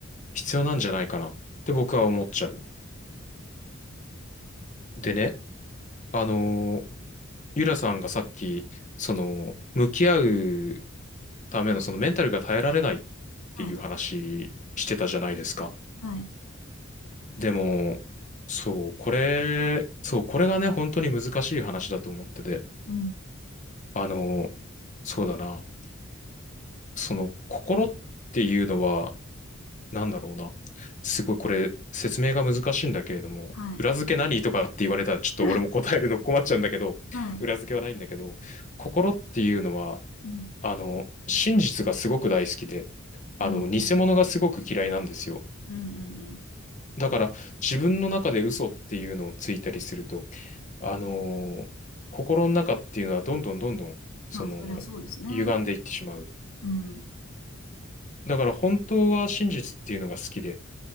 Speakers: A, on the left; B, on the left.
A: 必要なんじゃないかなって僕は思っちゃう。でね、あのー、ゆらさんがさっき、その、向き合うためのそのメンタルが耐えられないっ
B: はい。
A: ていう話してたじゃないですか。
B: はい。
A: でも、そう、これ、そう、これがね、本当に難しい話だと思ってて、
B: うん。
A: あのそうだな、その、心っていうのは、なんだろうな、すごいこれ、説明が難しいんだけれども、
B: はい。
A: 裏付け何とかって言われたら、ちょっと俺も答えるの困っちゃうんだけど、
B: <laughs> はい。
A: 裏付けはないんだけど、心っていうのは、
B: うん。
A: あの、真実がすごく大好きで、あの、
B: うん。うん。
A: 偽物がすごく嫌いなんですよ。
B: うん。うんうん
A: だから、自分の中で嘘っていうのをついたりすると、あのー心の中っていうのはどんどんどんどん、その、
B: まあ、そりゃそうですね。
A: 歪んでいってしまう。
B: うん。
A: だから、本当は真実っていうのが好きで、